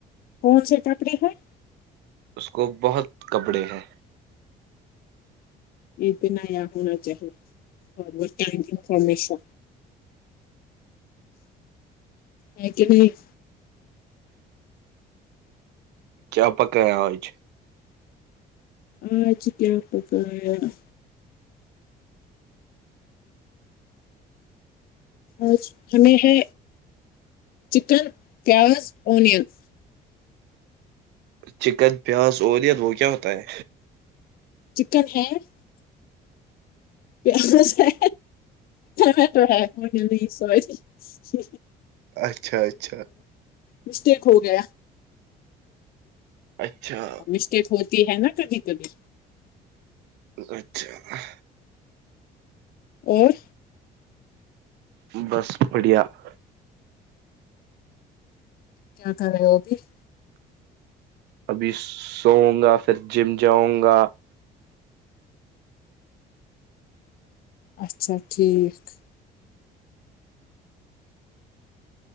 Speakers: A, on the left; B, on the right.
A: کون سی ککڑری ہے <unintelligible>
B: اس کو بہت کپڑے ہیں
A: یہ بنا یا ہونا چاہیے اور انفارمیشن ہے کہ نہیں
B: چ پکیا ہوئیچ <unintelligible>
A: آج کیاپکیا <unintelligible> آج ہمیں ہے چکن پیاز اونین <unintelligible>
B: چکن پیاز الیت وہ کیا ہوتا ہے
A: چکن ہے <unintelligible> پ سے میں تو ہے مھے نہیں سی
B: اچھا اچھا <unintelligible>
A: مسٹیک ہو گیا
B: اچھا
A: مسٹیک ہوتی ہے نا کبھی کبھی
B: اچھا <unintelligible>
A: اور
B: بس بڑھیا <unintelligible>
A: کیا کر رہے وہ بھی <unintelligible>
B: ابھی سوؤ گا پھر جم جاؤں گا <unintelligible>
A: اچھا ٹھیک <unintelligible>